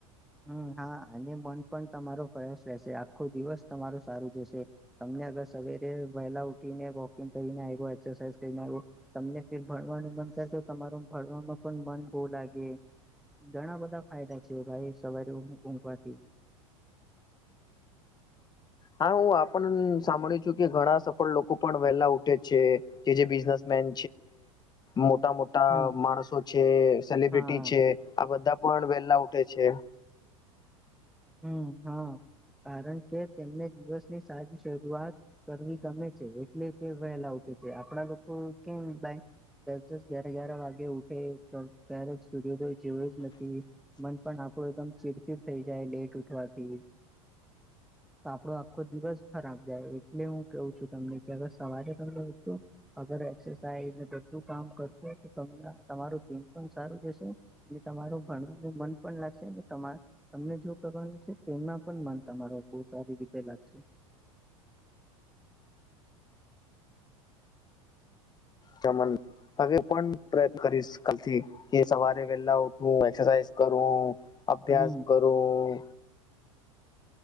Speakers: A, in the centre; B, on the left.
A: હમ હા અને મન પણ તમારો ફ્રેશ રહેશે આખો દિવસ તમારો સારું જશે તમને સવેર વહેલા ઉઠીને વોકિંગ કરીને આવ એક્રસા કરીને આવ તમને ફ ભણવાનું મન તો તમાર ભણવામાં પણ મન બહુ લાગે ઘણા બધા ફાયદા છે ભાઈ સવારે ઉગ ઉગવાથી
B: હા હું આપણ સાંભળી છું કે ઘણા સફળ લોકો પણ વહેલા ઉઠે છે કે જે બિનેસ બિજન્સમેન મોટા મોટા
A: હમ
B: માણસો છે સેલબ્રિટી
A: હા
B: છે આ બધા. પણ વેલા ઉઠે છે.
A: હમ હા. કારણ કે તેમને દિવસની સારી શરૂઆત કરવી ગમે છે એટલે કે વહેલા. આપડા લોકો લોકો કેમ ભાઈ. દસ દસ ગ્યાર ગ્યાર વાગે ઉઠે તો ક્યારેક સૂર્યોદય તો જેવું જ નથી મન પણ આપ. એકદમ ચીડચીડ થઈ જાય લેટ ઉઠવાથી. તો આપડો આખો દિવસ ખરાબ જાય એટલે હું કેવું છું તમને કે અગર સવારે તમે ઉઠશો તો. એક્સરસાઇઝ ને બઘું કામ કરશો તમારું દિન પણ સારું જશે અને તમારું. ભણવાનું મન પણ લાગશે તમા તમને જો. કરવા છે તેના પણ મન તમારો બહુ સારી રીતે લાગશે. <inaudible> <inaudible>
B: કેમન. હવે પણ પ્રયત્ન કરીશ કાલથી કે સવારે વેલા ઉઠવું એક્સરસાઝ કરવું. અભ્યાસ
A: હમ
B: કરું.